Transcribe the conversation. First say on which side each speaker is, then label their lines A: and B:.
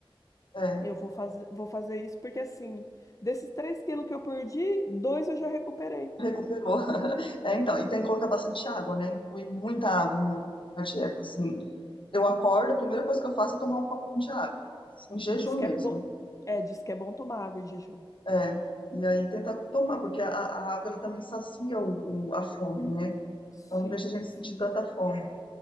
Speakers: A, on the left (about 65°); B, on the left (about 35°).
A: É.
B: Eu vou fazer, vou fazer isso porque, assim, desses 3 quilos que eu perdi, dois eu já recuperei.
A: Recuperou. <laughs> É, então. E tem que colocar bastante água, né? Incluir muita água na, na dieta, assim.
B: Hum.
A: Eu acordo, a primeira coisa que eu faço é tomar um copão de água, em jejum
B: Diz que
A: mesmo.
B: é bom, é, diz que é bom tomar água em jejum.
A: É, e aí tentar tomar, porque a, a água ela também sacia o, o- a fome, né?
B: Sim,
A: Ela não deixa a gente
B: sim.
A: sentir tanta fome.